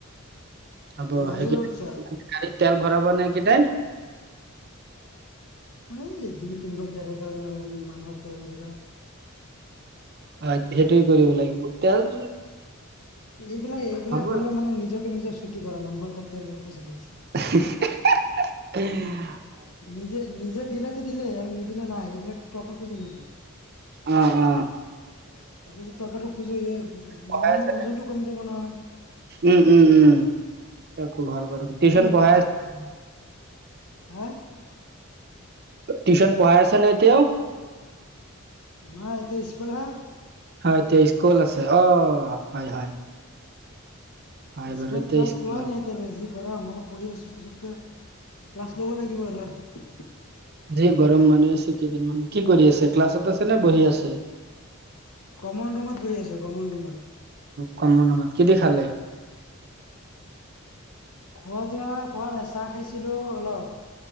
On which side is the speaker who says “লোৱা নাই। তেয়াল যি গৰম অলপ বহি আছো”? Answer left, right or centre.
Left